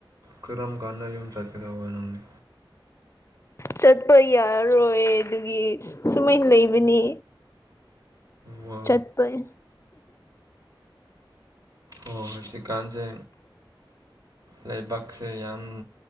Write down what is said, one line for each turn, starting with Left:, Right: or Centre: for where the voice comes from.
Right: ꯀꯔꯝ ꯀꯥꯟꯅ ꯌꯨꯝ ꯆꯠꯀ ꯗꯧꯕ ꯅꯪꯅꯤ
Left: ꯆꯠꯄ ꯌꯥꯔꯣꯏ ꯑꯗꯨꯒꯤ ꯁꯨꯃꯥꯏ ꯂꯩꯕꯅꯤ
Right: ꯋꯥ
Left: ꯆꯠꯄꯩ
Right: ꯍꯣ ꯍꯧꯖꯤꯛꯀꯥꯟꯁꯦ ꯂꯩꯕꯥꯛꯁꯦ ꯌꯥꯝ